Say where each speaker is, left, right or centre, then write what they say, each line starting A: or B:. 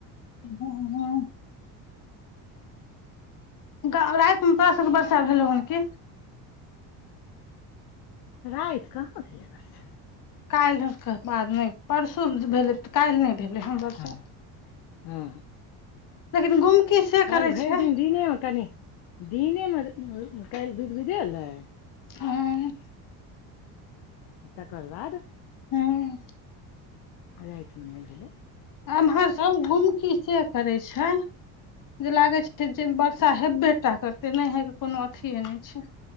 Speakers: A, on the left; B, on the left.
A: हँ हँ राति मऽ तोरा सबके वर्षा भेलौ हन कि
B: राति कहाँ भेलै वर्षा
A: काल्हिके बाद नहि परसू भेलै तऽ का---ल्हि नहि भेलै हन वर्षा
B: हँ हँ
A: लेकिन गुमकी से।
B: काल्हि
A: करै
B: भरि
A: छै
B: दिन दिनेमे कनि दिनेमे काल्हि विध बिधेलै
A: हँ
B: तकर बाद।
A: हँ
B: राते मऽ नय भेलै।
A: आमहर सब घूमकी से करे छै। जे लागै छै जे वर्षा हेबेटा करते नहि होे? के कोनो अथिे नहि छै